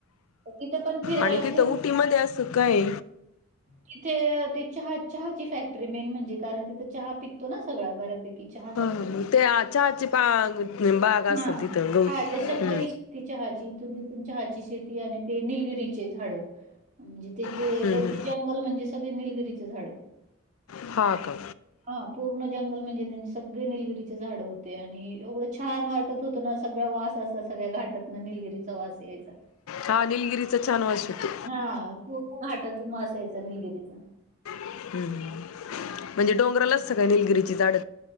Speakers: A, on the right; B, on the left.
A: तर तिथे पण फिरायला
B: आणि तिथं
A: खूप
B: उटी मध्ये अस काय?
A: तिथे ते चहा चहा ची फॅक्टरी मेन म्हणजे कारण तिथं चहा पिकतो ना सगळ बऱ्या पैकी की चहाच
B: हा
A: असतो.
B: हा. मग ते आ- चहाची पा बाग
A: <unintelligible>
B: असेल
A: हा
B: तिथं गवत
A: ह त्या
B: हम्म
A: शबद इ ति चहाची इथून तिथून चहाची शेती आणि ते निलगिरीचे झाड म्हणजे त्या
B: हम्म
A: त्यांचे
B: हम्म
A: जंगल म्हणजे स म्हणजे निलगिरी चे झाड
B: हा का
A: हा पूर्ण जंगल मनजे सगळे निलगिरीचे झाड होते आणि एवढं छान वाटत होतं ना सगळ्या वास अस सगळ्या घाटात ना निलगिरी चा वास यायचा
B: हा निलगिरीचा छान वास येतो
A: हा पूर्ण घाटतून वास यायच निलगिरीचा.
B: हम् म्हणजे डोंगरालाचत काय निलगिरी ची झाड